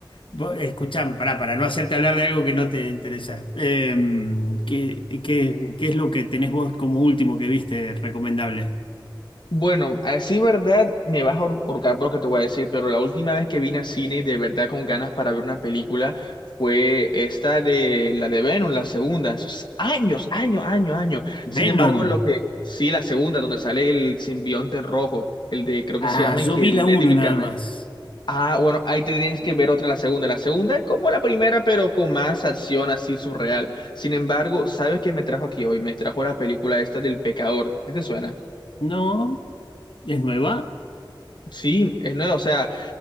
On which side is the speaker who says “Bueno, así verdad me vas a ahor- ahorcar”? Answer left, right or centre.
Left